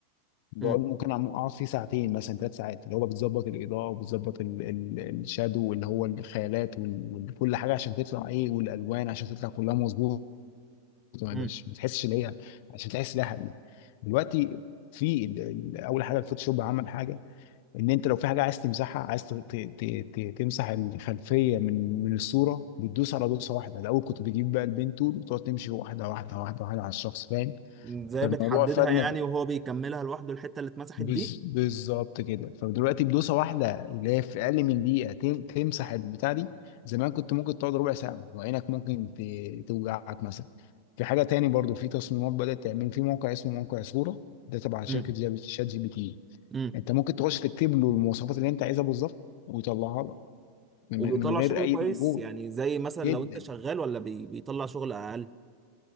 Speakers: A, on the left (about 50°); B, on the right (about 20°).
A: بقعد
B: امم
A: ممكن أعم- اقعد فيه ساعتين مثلا ثلاث ساعات اللي هو بتظبط الاضاءه وبتظبط ال- ال- الشادو اللي هو الخيالات وال- وكل حاجه عشان تطلع ايه والالوان عشان تطلع كلها مظبوطه ما
B: امم
A: يبقاش ما تحسش ان هي عشان تحس انها حقيقي دلوقتي في ال- ال- اول حاجه الفوتوشوب عمل حاجه ان انت لو في حاجه عايز تمسحها عايز ت- ت- ت- ت- تمسح الخلفيه من من الصوره بتدوس على دوسه واحده الاول كنت بتجيب بقى البين تول وتقعد تمشي واحده واحده واحده واحده على الشخص فاهم
B: ازاي
A: فالموضوع
B: بتحددها
A: فادنا
B: يعني وهو بيكملها لوحده الحته اللي اتمسحت
A: بز-
B: دي
A: بالظبط كده فدلوقتي بدوسه واحده اللي هي في اقل من دقيقه تم- تمسح البتاع دي زمان كنت ممكن تقعد ربع ساعه وعينك ممكن ت- توجعك مثلا في حاجه تاني برضو في تصميمات بدات تعمل في موقع اسمه موقع صوره ده تبع شركه
B: امم
A: جاب- شات جي بي تي
B: امم
A: انت ممكن تخش تكتب له المواصفات اللي انت عايزها بالظبط ويطلعها لك من
B: وبيطلع
A: من غير
B: شغل
A: اي
B: كويس
A: مجهود
B: يعني زي مثلا
A: جدا
B: لو انت شغال ولا بي- بيطلع شغل اقل